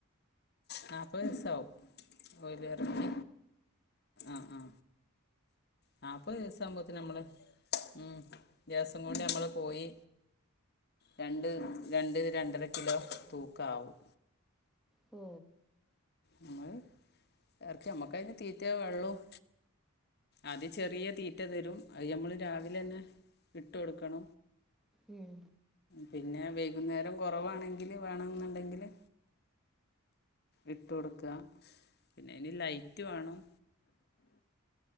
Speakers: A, on the left; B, in the centre.
A: നാപ്പ ഹ് സ്സാവും ബ്രോയ് ലറിന്ആഹ
B: ന-
A: ആഹ നാപ്പത് ദിവസാകുമ്പോളത്തിന് നമ്മള് ഉ ദിവസം കൊണ്ട് നമ്മള് കോഴി രണ്ട് രണ്ട് രണ്ടര കിലോ തൂക്ക ആവും
B: ഓ
A: നമ്മൾ ഇറക്കി അമ്മക്കതിന് തീറ്റയ വെള്ളവും അത് ചെറിയ തീറ്റ തരും അയ് ഞമ്മള് രാവിലെന്നെ ഇട്ടൊടുക്കണം
B: ഉം
A: പിന്നെ വൈകുന്നേരം കൊറവാണെങ്കിൽ വേണെന്നുണ്ടെങ്കില് ഇട്ട് കൊടുക്കപിന്നെ അയ്ന് ലൈറ്റ് വാണം